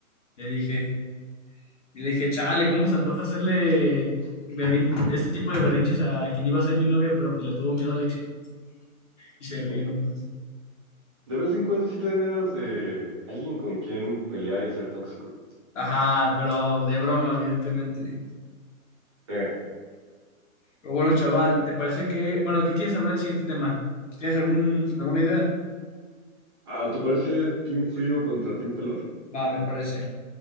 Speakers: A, on the left (about 60°); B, on the right (about 20°).
A: Le dije. Y le dije, chale, ¿cómo se antoja hacerle berrin- este tipo de berrinches a quien iba a ser mi novia, pero pues le tuvo miedo al éxito? Y se ríe
B: <laughs>
A: nomás.
B: De vez en cuando sí te dan ganas de alguien con quien pelear y ser tóxico.
A: Ajá, pero de broma, evidentemente.
B: Eh,
A: Pero bueno, chaval, ¿te parece que, bueno, ¿qué quieres hablar del siguiente tema? ¿Tienes algún, alguna idea?
B: ah, ¿te parece Team Frío contra Team Calor?
A: Va, me parece.